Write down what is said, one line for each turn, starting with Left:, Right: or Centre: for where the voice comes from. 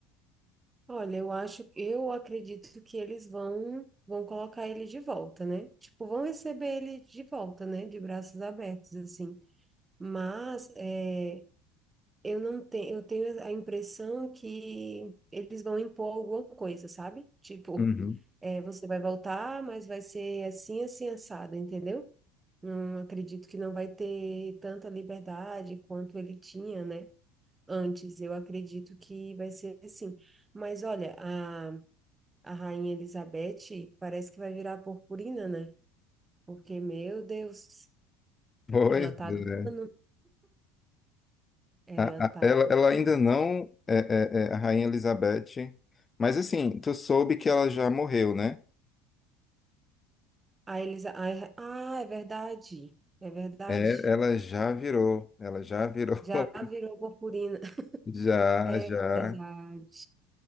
Right: Olha, eu acho, eu acredito que eles vão, vão colocar ele de volta, né? Tipo, vão receber ele de volta, né? De braços abertos, assim. Mas é, Eu não tenho, eu tenho a impressão que eles vão impor alguma coisa, sabe? Tipo,
Left: Uhum.
Right: é, você vai voltar, mas vai ser assim, assim, assado, entendeu? Não acredito que não vai ter tanta liberdade quanto ele tinha, né? Antes, eu acredito que vai ser assim. Mas olha, a, a Rainha Elizabeth parece que vai virar purpurina, né? Porque, meu Deus,
Left: Pois
Right: ela tá.
Left: é.
Right: do Ela
Left: A-
Right: tá
Left: a- ela, ela ainda não é, é- é a Rainha Elizabeth, mas assim, tu soube que ela já morreu, né?
Right: A Elisa. ai, Ah, é verdade. É verdade.
Left: É, ela já virou, ela já virou, <laughs>
Right: Já virou purpurina. <laughs>
Left: já,
Right: É
Left: já.
Right: verdade.